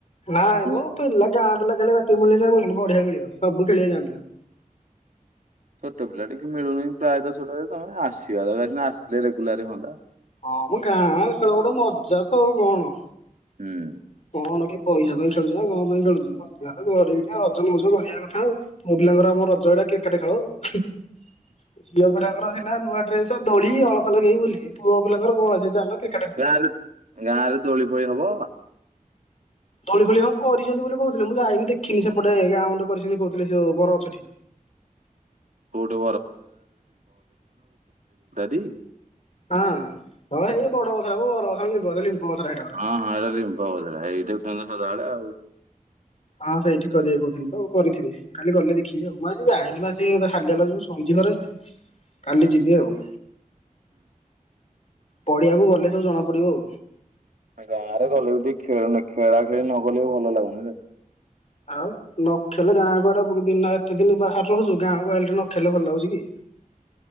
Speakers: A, on the left; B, on the right.
A: ନାଇଁ
B: ମୁଁ
A: ମୋ ପିଲା ଗାଁ ପିଲା ଖେଲେ <unintelligible> ବଢିଆ ମିଳିବ ସବୁ ଖେଳିବା ଗାଁ ପିଲା।
B: ଛୋଟ ପିଲା ଟିକେ ମିଳୁନି ପ୍ରାୟତଃ ଛୋଟ ତମେ ଆସିବାନା ଆସିଲେ ରେଗୁଲାର ହନ୍ତା।
A: ହଁ, ମୁଁ ଗାଁ ଖେଳ ଗୋଟେ ମଜା ତ ଆଉ କଣ।
B: ହୁଁ।
A: କଣ କିଏ ପଇସା ପାଇଁ ଖେଳୁଛ ନା କଣ ପାଇଁ ଖେଳୁଛି <unintelligible> ରଜ ମଜ କରିବା କଥାଉ। ମୋ ପିଲାଙ୍କର ଆମ ରଜ ଏଟା କ୍ରିକେଟ ଖେଳ ଆଉ। ଝିଅ ପିଲାଙ୍କର ଅଛି ନା ନୂଆ ଡ୍ରେସ, ଦୋଳି, ଅଳତା ଲଗେଇବ ବୁଲିବେ, ପୁଅ ପିଲାଙ୍କର କଣ ଅଛି ଚାଲ କ୍ରି
B: ଗାଁ ରେ, ଗାଁ ରେ ଦୋଳି ଫୋଳି ହବ?
A: ଦୋଳି ଫୋଳି ହବ ଅରିଛନ୍ତି ବୋଲି କହୁଥିଲେ, ମୁଁ ଯାଇନି ଦେଖିନି ସେପଟେ ଗାଁ ମୁଣ୍ଡେ କରିଛନ୍ତି କହୁଥିଲେ ସେ ବର ଗଛ ଠି।
B: କୋଉଠି <unintelligible>
A: ହଁ ହଁ ଏଇ ବଡ ବଛର ହବ ବଡ ବଛରମ୍ବୁ ଲମ୍ବ ବଛର ହେଇ।
B: ହଁ ହଁ ଏଇଟା ରିମ୍ପ ବଧିରା ଏଇଟା କୁହନ୍ତି ସଦାବେଳେ ଆଉ।
A: ହଁ ସେଇଠି କରିବେ କହୁଥିଲି ତ କରିଥିବେ କାଲି ଗଲେ ଦେଖିବି ଆଉ। ମୁଁ ଆଜି ଯାଇନି ପା ସେ ଖାଲି ହେଲା ଯୋଉ ସଇଁଜି ଘରେ କାଲି ଯିବି ଆଉ।
B: ହୁଁ।
A: ପଡ଼ିଆକୁ ଗଲେ ସବୁ ଜଣା ପଡିବ ଆଉ।
B: ଆ ଗାଁରେ ଗଲେ ବି ଟିକେ ଖେଳ ଖେଳା ଖେଳି ନ ଗଲେ ବି ଭଲ ଲାଗୁନି ରେ।
A: ଆଉ ନଖେଲେ ଗାଁ ଗୁଆଡେ ବହୁତ ଦିନେ ଏତେ ଦିନ ବାହାରେ ରହୁଛୁ ଗାଁକୁ ଆଇଲେ ନଖେଲେ ଭଲ ଲାଗୁଛି କି।